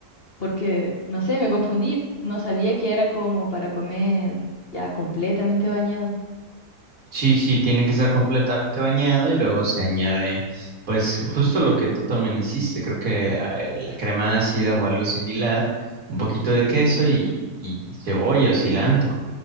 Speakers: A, on the left; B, on the right.
A: porque, no sé, me confundí, no sabía que era como para comer ya completamente bañado.
B: Sí, sí, tiene que estar completamente bañado y luego se añade, pues justo lo que tú también hiciste, creo que eh, la crema ácida o algo similar, un poquito de queso y, y cebolla o cilantro.